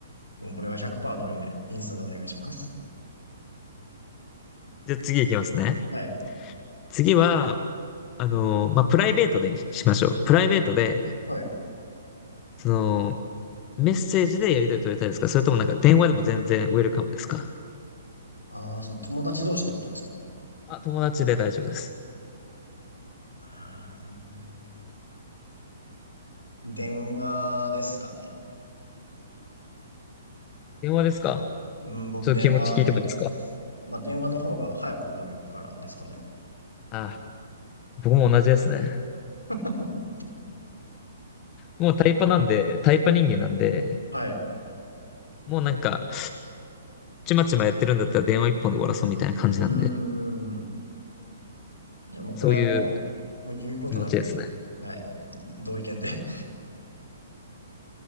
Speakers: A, on the left; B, on the left.
A: もうこれは100%同意で、インスタでお願いします。
B: じゃあ次行きますね。
A: はい。
B: 次は、あの、まあ、プライベートでにししましょう。プライベートで、
A: はい。
B: その、メッセージでやり取り取りたいですかそれともなんか電話でも全然ウェルカムですか
A: ああ、その友達同士ってことですか
B: あ、友達で大丈夫です。
A: うーん電話ですかね。
B: 電話ですか
A: うん、僕電話で。
B: ちょっと気持ち聞いてもいいですか
A: まあ、電話の方が早く終わるからですかね。
B: あ、僕も同じですね。
A: <laughs>
B: もうタイパなんで、タイパ人間なんで、
A: はい。
B: もうなんか、ちまちまやってるんだったら電話一本で終わらそうみたいな感じなんで、
A: うーん。じゃあもうこれはもう、
B: そういう
A: もう言うことなく、
B: 気持ちですね。
A: はい。同意見で。